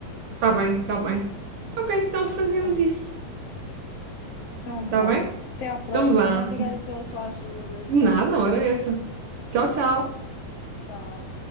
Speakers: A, on the right; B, on the left.
A: Tá bem, tá bem. Ok, então fazemos
B: Então,
A: isso.
B: então vá.
A: Tá bem?
B: Até à próxima.
A: Então vá.
B: Obrigada pela tua ajuda. Tchau.
A: Nada, hora é essa. Tchau, tchau.
B: Tchau.